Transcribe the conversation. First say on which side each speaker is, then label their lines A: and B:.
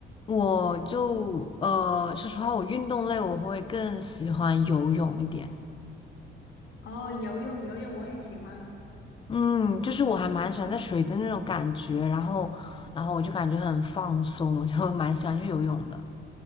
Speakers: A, on the left; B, on the left.
A: 我就呃，说实话，我运动类我会更喜欢游泳一点。
B: 哦，游泳，游泳我也喜欢。
A: 嗯，就是我还蛮喜欢在水的那种感觉，然后，然后我就感觉很放松，我就蛮喜欢去游泳的。